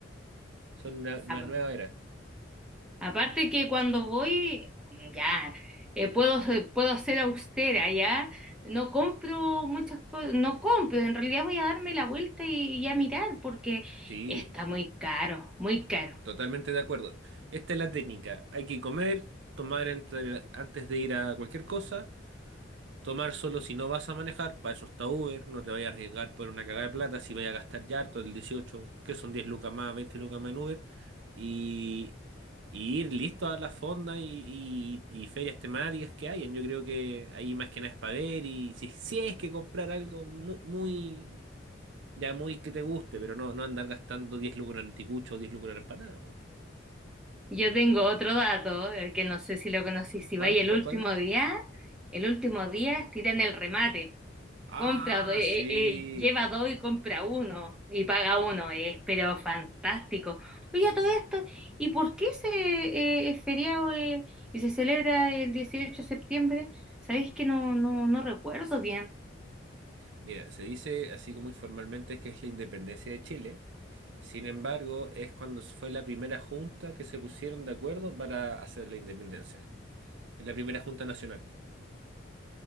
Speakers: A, on the right; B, in the centre.
A: Son una, una
B: A-
A: nueva era.
B: Aparte que cuando voy, mm, ya, eh, puedo, puedo ser austera, ya, no compro muchas cosas, no compro, en realidad voy a darme la vuelta y, y a mirar porque
A: Sí,
B: está muy caro, muy caro.
A: totalmente de acuerdo. Esta es la técnica. Hay que comer, tomar entre- antes de ir a cualquier cosa Tomar solo si no vas a manejar, para eso está Uber, no te vayas a arriesgar por una cagada de plata, si vayas a gastar ya harto el 18 que son 10 lucas más, 20 lucas más en Uber, y, y ir listo a las fondas y, y- y ferias temáticas que hayan. Yo creo que ahí más que nada es para ver, y si, si es que comprar algo mu- muy, ya muy que te guste, pero no, no andar gastando 10 lucas en anticucho o 10 lucas en empanada, pues.
B: Yo tengo otro dato, eh, que no sé si lo conocí, si
A: ¿Cuál?
B: vais el
A: ¿Cuál?
B: último
A: ¿Cuál?
B: día, el último día tiran el remate,
A: Ah,
B: compra, do- eh,
A: sí.
B: eh, eh, lleva dos y compra uno, y paga uno, es pero fantástico. Oye, a todo esto, ¿y por qué se eh, es feriado eh, y se celebra el 18 de septiembre? Sabéis que no, no, no recuerdo bien.
A: Mira, se dice así como informalmente que es la independencia de Chile. Sin embargo, es cuando fue la primera junta que se pusieron de acuerdo para hacer la independencia. Es la primera junta nacional.